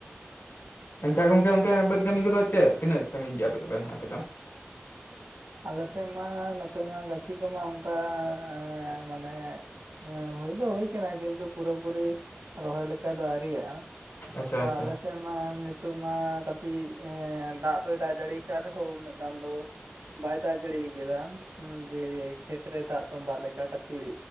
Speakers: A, on the left (about 55°); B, on the right (about 85°).
A: ᱮᱱᱠᱟᱷᱟᱡ ᱜᱚᱝᱠᱮ ᱚᱱᱛᱮ ᱵᱟᱹᱫᱽ ᱠᱟᱹᱢᱤ ᱠᱚᱫᱚ ᱪᱮᱫ ᱛᱤᱱᱟᱹᱜ ᱥᱟᱺᱜᱤᱧ ᱠᱮᱜ ᱟᱯᱮ ᱛᱚᱵᱮ ᱱᱟᱦᱟᱸᱜ ᱟᱯᱮ ᱫᱚ?
B: ᱟᱞᱮ ᱥᱮᱜ ᱢᱟ ᱱᱚᱛᱮ ᱢᱟ ᱜᱟᱹᱪᱷᱤ ᱠᱚᱢᱟ ᱚᱱᱠᱟ ᱮᱸ ᱢᱟᱱᱮ ᱮᱸ ᱦᱩᱭ ᱫᱚ ᱦᱩᱭ ᱠᱟᱱᱟ ᱠᱤᱱᱛᱩ ᱯᱩᱨᱟᱹ ᱯᱩᱨᱤ ᱨᱚᱦᱚᱭ ᱞᱮᱠᱟ ᱫᱚ ᱟᱣᱨᱤᱭᱟᱜᱼᱟ᱾
A: ᱟᱪᱪᱷᱟ
B: ᱛᱚ
A: ᱟᱪᱪᱷᱟ
B: ᱟᱞᱮ ᱥᱮᱜ ᱢᱟ ᱱᱤᱛᱚᱜ ᱢᱟ ᱠᱟᱴᱤᱡ ᱮᱸ ᱫᱟᱜ ᱫᱚᱭ ᱫᱟᱜ ᱡᱟᱲᱤᱭ ᱠᱟᱜ ᱨᱮᱦᱚᱸ ᱩᱱᱟᱹᱜ ᱜᱟᱱ ᱫᱚ ᱵᱟᱭ ᱫᱟᱜ ᱡᱟᱹᱲᱤ ᱠᱟᱫᱟ ᱩᱸ ᱡᱮ ᱠᱷᱮᱛ ᱨᱮ ᱫᱟᱜ ᱛᱚᱸᱵᱟᱜ ᱞᱮᱠᱟ ᱠᱟᱴᱤᱡ